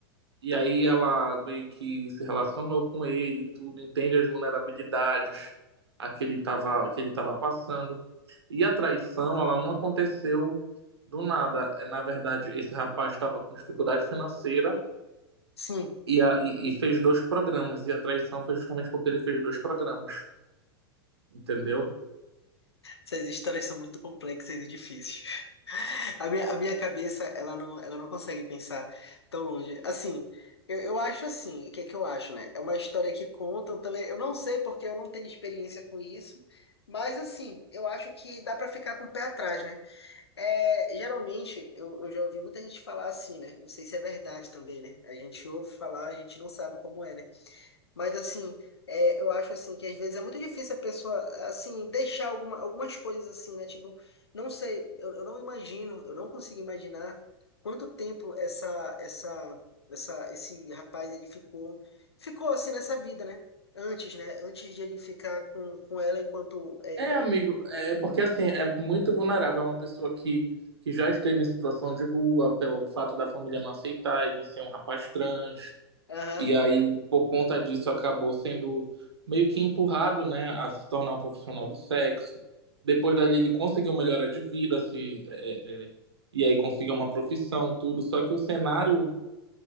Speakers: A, on the right (about 80°); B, on the left (about 85°).
A: E aí ela meio que se relacionou com ele, tudo, entende as vulnerabilidades a que ele estava que ele estava passando. E a traição, ela não aconteceu do nada. É, Na verdade, esse rapaz estava com dificuldade financeira
B: Sim.
A: e, a, e, e fez dois programas. E a traição foi justamente porque ele fez dois programas, entendeu?
B: Essas histórias são muito complexas e difíceis. <laughs> A minha, a minha cabeça, ela não, ela não consegue pensar tão longe. Assim, eu, eu acho assim, o que é que eu acho, né? É uma história que contam também. Eu não sei porque eu não tenho experiência com isso, mas assim, eu acho que dá pra ficar com o pé atrás, né? É, geralmente, eu, eu já ouvi muita gente falar assim, né? Não sei se é verdade também, né? A gente ouve falar, a gente não sabe como é, né? Mas, assim, é, eu acho, assim, que às vezes é muito difícil a pessoa, assim, deixar alguma, algumas coisas assim, né? Tipo, não sei, eu, eu não imagino, eu não consigo imaginar quanto tempo essa, essa, essa, esse rapaz, ele ficou, ficou assim nessa vida, né? Antes, né? Antes de ele ficar com, com ela enquanto... É,
A: É, amigo, é é porque assim, é muito vulnerável. É uma pessoa que, que já esteve em situação de rua pelo fato da família não aceitar ele ser um rapaz trans
B: aham.
A: E aí, por conta disso, acabou sendo meio que empurrado, né, a se tornar um profissional do sexo. Depois dali, ele conseguiu melhora de vida, se, é, é, é, e aí conseguiu uma profissão, tudo. Só que o cenário